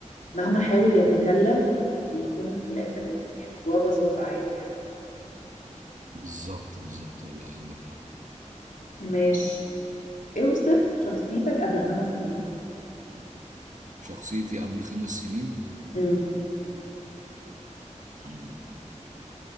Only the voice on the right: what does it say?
بالظبط بالظبط والله عندك حق
شخصيتي قبل خمس سنين
مم،